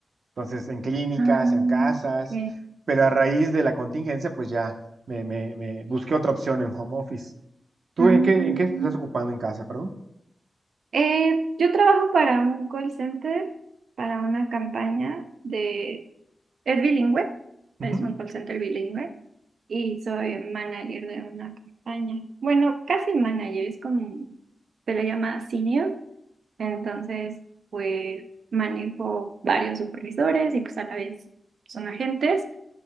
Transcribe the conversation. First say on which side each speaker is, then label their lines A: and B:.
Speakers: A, on the right (about 65°); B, on the right (about 90°).
A: Entonces, en clínicas,
B: Ah,
A: en casas,
B: ok.
A: pero a raíz de la contingencia, pues ya me, me, me busqué otra opción en home office. ¿Tú
B: Mm.
A: en qué, en qué te estás ocupando en casa, perdón?
B: Eh, yo trabajo para un call center, para una campaña de Es bilingüe,
A: Ujú.
B: es un call center bilingüe y soy manager de una campaña. Bueno, casi manager, es como se le llama senior. Entonces, pues manejo varios supervisores y pues a la vez son agentes.